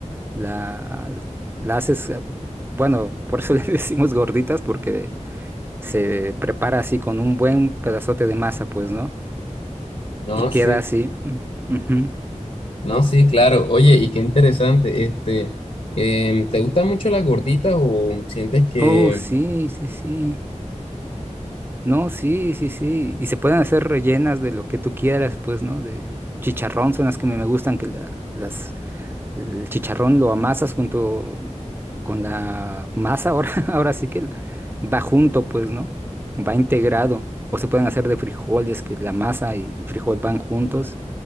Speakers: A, on the right (about 15°); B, on the left (about 75°).
A: La, la haces, eh, bueno, por eso <laughs> le decimos gorditas, porque se prepara así con un buen pedazote de masa, pues, ¿no?
B: No,
A: Y queda
B: sí,
A: así. mm, ujú.
B: no, sí, claro. Oye, y qué interesante, este, em, ¿te gustan mucho las gorditas o sientes que,
A: Oh, sí, sí, sí. No, sí, sí, sí. Y se pueden hacer rellenas de lo que tú quieras, pues, ¿no? De chicharrón son las que me me gustan, que la- las El chicharrón lo amasas junto con la masa, ahora, <laughs> ahora sí que va junto, pues, ¿no? Va integrado. O se pueden hacer de frijoles, que la masa y el frijol van juntos.